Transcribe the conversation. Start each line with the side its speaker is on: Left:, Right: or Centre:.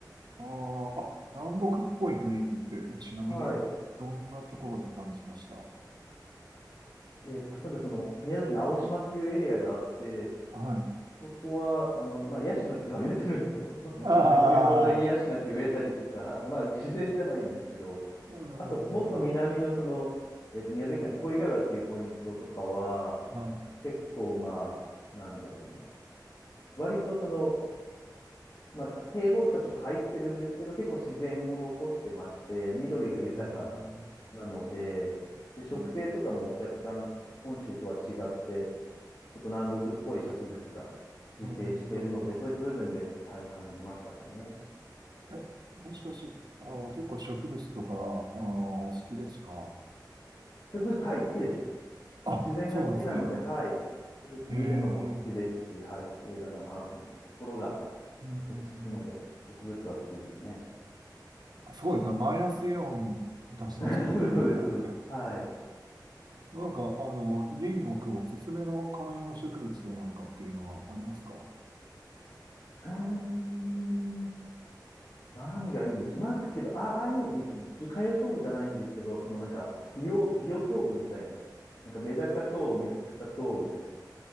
Right: あーあ、南国っぽい雰囲気って、ちなみにどんなところで感じました
Left: はい。えー例えばその、宮崎の青島っていうエリアがあって、
Right: はい。
Left: そこは、あの、まあ、ヤシの木とか植えてるんですよ。<laughs> 道沿いに、
Right: ああ、
Left: 空港沿いにヤシの木植えたりとか、<laughs> まあ、自然じゃないんですけど、
Right: うん。
Left: あと、もっと南のその、えっと、宮崎県の小井ヶ浦っていうポイントとかは、
Right: はい。
Left: 結構、まあ、なんだろうな。割とその、まあ、た堤防とかちょっと入ってるんですけど、結構自然を残してまして、緑が豊か
Right: うん、
Left: なので、で、植生とかも若干本州とは違って、
Right: うん、
Left: ちょっと南国っぽい植物が自生してるので、
Right: うん、あの、
Left: そういった部分で、はい、感じましたかね。
Right: え、もしかし、あの、結構植物とか、あの、お好きですか
Left: 植物、はい、好きです。
Right: あ、
Left: 自然が好きなので、
Right: そうなんですね。
Left: はい、植物見るのも好きですし、
Right: へえ、うん、
Left: はい、綺麗だなぁと思って、心が
Right: うん、
Left: 落ち着くので、植物は好きですね。
Right: そうですね。マイナスイオン出してますもんね。
Left: <laughs> そうです、そうです、そうです。
Right: <laughs>
Left: はい。う
Right: なんか、あの、家に置くおすすめの観葉植物やなんかっていうのはありますか
Left: ーん。何がいいんでしょう。なんかけど、あ、ああいうのいいですね。ちょっと観葉植物じゃないんですけど、そのなんか、ビオ、ビオトープみたいな。なんかメダカと水草と、みたいな。